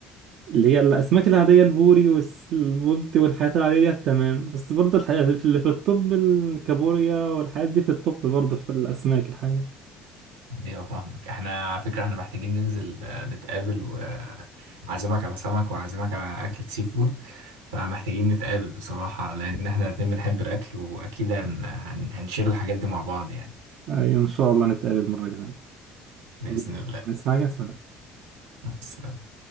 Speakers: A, on the right; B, on the right.
A: اللي هي الأسماك العادية البوري والبولتي والحاجات العادية دي تمام بس برضه الحقيقة اللي في الطب الكابوريا والحاجات دي في الطب برضه في الأسماك الحقيقة
B: ايوه فاهمك احنا على فكره احنا محتاجين ننزل آه، نتقابل وعزمك على سمك وعزمك على اكلة سي فود فمحتاجين نتقابل بصراحه لان احنا الاتنين بنحب الاكل واكيد هن... هن... هنشير الحاجات دي مع بعض يعني
A: أيوة إن شاء الله نتقابل مرة تانية
B: باذن
A: الله
B: الله
A: عايز حاجة سلام
B: بس